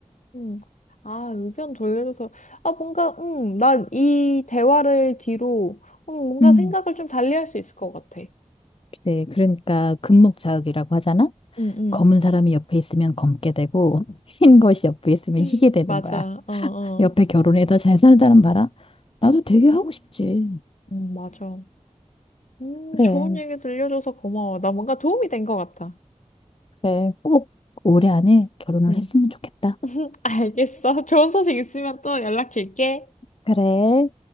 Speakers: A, on the left (about 70°); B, on the left (about 45°).
A: 음, 아, 의견 돌려줘서, 아, 뭔가, 음, 난 이 대화를 뒤로, 음, 뭔가
B: 음.
A: 생각을 좀 달리 할 수 있을 것 같아.
B: 그래. 그러니까 금목자극이라고 하잖아.
A: 응, 응.
B: 검은 사람이 옆에 있으면 검게 되고 흰 것이 옆에 있으면
A: <laughs>
B: 희게 되는
A: 맞아.
B: 거야.
A: 어, 어.
B: 옆에 결혼해서 잘 사는 사람 봐라. 나도 되게 하고 싶지.
A: 음, 맞아. 음,
B: 그래.
A: 좋은 얘기 들려줘서 고마워. 나 뭔가 도움이 된 것 같아.
B: 그래. 꼭 올해 안에 결혼을
A: 응.
B: 했으면 좋겠다.
A: <laughs> 알겠어. 좋은 소식 있으면 또 연락 줄게.
B: 그래.